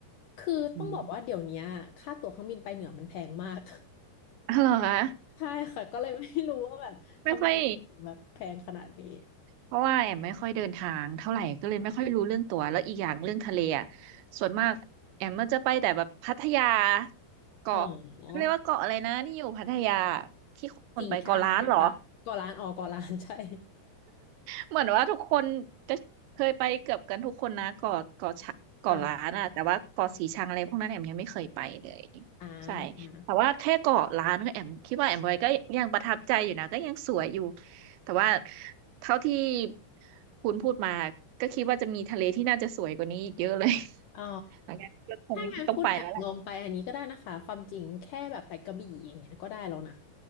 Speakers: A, on the left; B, on the right.
A: คือต้องบอกว่าเดี๋ยวเนี้ยค่าตั๋วเครื่องบินไปเหนือมันแพงมาก
B: อืมอ๋อเหรอคะ
A: <laughs> ใช่ค่ะก็เลยไม่รู้ว่าแบบทำไมมันถึงแบบแพงขนาดนี้
B: <laughs> ไม่ค่อยเพราะว่าแอมไม่ค่อยเดินทางเท่าไหร่ก็เลยไม่ค่อยรู้เรื่องตัวแล้วอีกอย่างเรื่องทะเลอ่ะส่วนมากแอมมันจะไปแต่แบบพัทยาเกาะเขาเรียกว่าเกาะอะไรนะที่อยู่พัทยา
A: อ๋อ
B: ที่คนไปเกาะล้านเหรอ
A: สี่ช่างไหมคะก่อล้านอ๋อก่อล้านใช่ <laughs>
B: เหมือนว่าทุกคนจะเคยไปเกือบกันทุกคนนะเกาะเกาะชะเกาะล้านอะแต่ว่าเกาะสีชังอะไรพวกนั้นแอมยังไม่เคยไปเลย
A: อ๋าอ่า
B: ใช่แต่ว่าแค่เกาะล้านก็แอมคิดว่าแอมไปก็ยังประทับใจอยู่นะก็ยังสวยอยู่แต่ว่าเท่าที่คุณพูดมาก็คิดว่าจะมีทะเลที่น่าจะสวยกว่านี้อีกเยอะเลย <laughs>
A: อ๋อ
B: แล้วงั้นก็คงต้องไปแล้วแหละ
A: ถ้างั้นพูดแอบลองไปอันนี้ก็ได้นะคะความจริงแค่แบบไปกระบี่อย่างเงี้ยก็ได้แล้วนะ